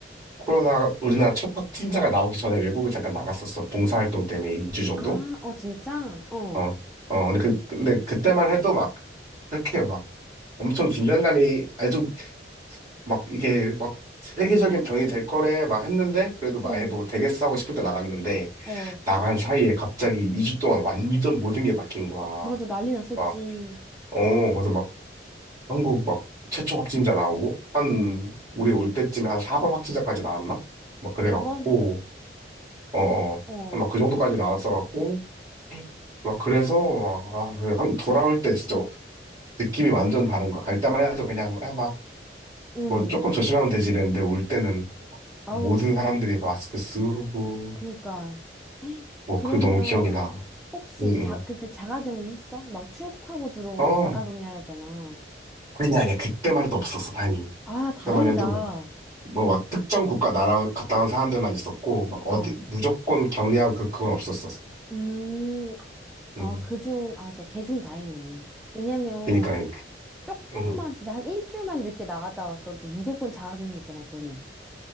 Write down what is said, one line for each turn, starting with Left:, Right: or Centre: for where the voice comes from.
Right: 코로나 우리나라 첫 확진자가 나오기 전에 외국을 잠깐 나갔었어. 봉사활동 때문에 2주 정도?
Centre: 아, 어, 진짜? 어.
Right: 어, 어, 근데 그, 근데 그때만 해도 막 그렇게 막 엄청 긴장감이 아주 막 이게 막 세계적인 병이 될 거래 막 했는데 그래도 막
Centre: 응.
Right: 아예 뭐 되겠어 하고 싶을 때 나갔는데
Centre: 어.
Right: 나간 사이에 갑자기 2주 동안 완전 모든 게 바뀐 거야.
Centre: 맞아, 난리 났었지.
Right: 막, 어, 그래서 막 한국 막 최초 확진자 나오고 한
Centre: 응.
Right: 우리 올 때쯤에 한 4번 확진자까지 나왔나? 막 그래갖고
Centre: 다번
Right: 어어
Centre: 어.
Right: 막 그
Centre: <gasps>
Right: 정도까지 나왔어갖고 막 그래서 막, 아, 그 한- 돌아올 때 진짜 느낌이 완전 다른 거야. 갈 때만 해도 그냥 아, 막
Centre: 응.
Right: 뭐 조금 조심하면 되지 이랬는데 올 때는
Centre: 아우,
Right: 모든 사람들이 마스크 쓰고
Centre: 그니까. <gasps>
Right: 뭐
Centre: 그러면
Right: 그 너무 기억이 나.
Centre: 혹시
Right: 응응.
Centre: 자, 그때 자가격리 했어? 막 출국하고 들어오면
Right: 어
Centre: 자가격리하잖아.
Right: 아니야 아니야 그때만 해도 없었어 다행히.
Centre: 아, 다행이다.
Right: 그때만 해도 뭐 뭐 막 특정 국가 나라 갔다 온 사람들만 있었고 막 어디
Centre: 어.
Right: 무조건 격리하고 그 그건 없었었어.
Centre: 음. 아,
Right: 음.
Centre: 그중, 아, 진짜 개중 다행이네. 왜냐면
Right: 그러니까 그러니까.
Centre: 조금만
Right: 음.
Centre: 진짜 한 일주일만 늦게 나갔다 왔어도 무조건 자가격리였잖아, 그러면.